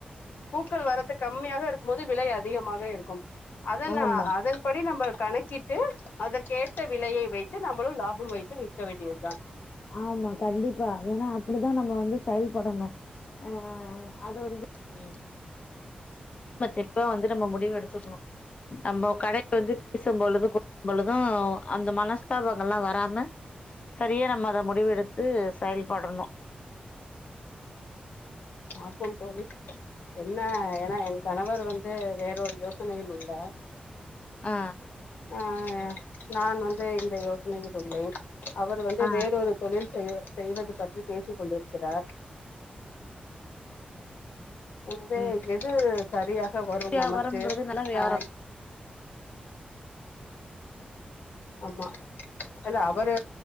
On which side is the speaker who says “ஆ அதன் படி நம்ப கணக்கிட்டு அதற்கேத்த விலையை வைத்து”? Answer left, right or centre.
Left